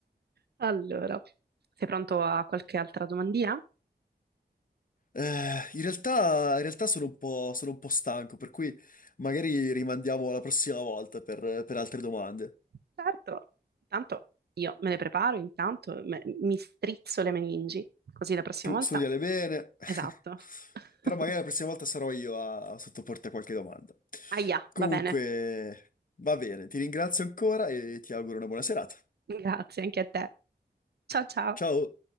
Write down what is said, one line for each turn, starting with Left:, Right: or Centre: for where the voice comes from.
Right: Allora, sei pronto a qualche altra domandina?
Left: Eh, in realtà, in realtà sono un po', sono un po' stanco, per cui magari rimandiamo alla prossima volta per per altre domande.
Right: Certo, intanto io me le preparo, intanto me- mi strizzo le meningi, così la prossima
Left: Tu
Right: volta.
Left: studiale bene, <laughs>
Right: Esatto. <laughs>
Left: però magari la prossima volta sarò io a, a sottoporti a qualche domanda.
Right: Aia,
Left: Comunque,
Right: va bene.
Left: va bene, ti ringrazio ancora e ti auguro una buona serata.
Right: Grazie anche a te. Ciao ciao.
Left: Ciao!